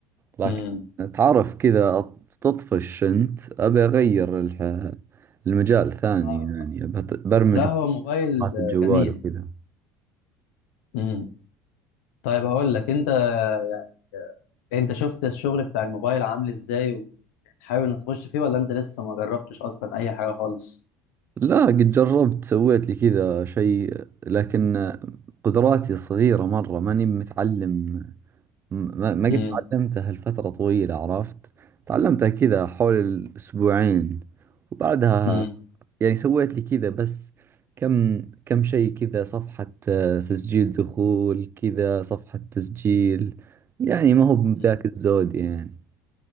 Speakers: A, on the right (about 30°); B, on the left (about 80°).
A: لكن
B: امم
A: تعرف كذا أط- تطفش انت ابي اغير الح... المجال ثاني
B: اه
A: يعني أبي أت- برمج
B: لا هو موبايل
A: بلغات الجوال
B: جميل
A: وكذا
B: امم طيب هقول لك انت يعني انت شفت الشغل بتاع الموبايل عامل ازاي وحابب انك تخش فيه ولا انت لسه ما جربتش اصلا اي حاجه خالص
A: لا قد جربت سويت لي كذا شيء لكن قدراتي صغيرة مرة ماني متعلم ما ما
B: امم
A: قد تعلمتها لفترة طويلة عرفت تعلمتها كذا حول الأسبوعين وبعدها
B: امم
A: يعني سويت لي كذا بس كم كم شيء كذا صفحة آه، تسجيل دخول كذا صفحة تسجيل يعني ما هو بذاك
B: امم
A: الزود يعني